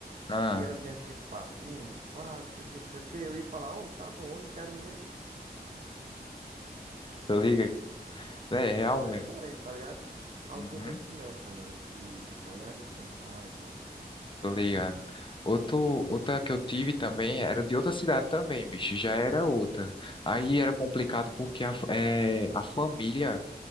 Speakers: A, on the left; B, on the right.
A: Ah,
B: e ela viesse com esse papinho de tipo, ah, não sei o que, não sei o que, eu ia falar, homem, tá bom, eu não quero mesmo,
A: tô ligado. É,
B: aqui
A: realmente.
B: essa é diferente, tá ligado? Aí
A: Uhum.
B: eu tô meio que nessa, mano, de, tá ligado? De pensar e tal.
A: Tô ligado. Outro, outra que eu tive também era de outra cidade também, bicho. Já era outra. Aí era complicado porque a, fa- eh, a família,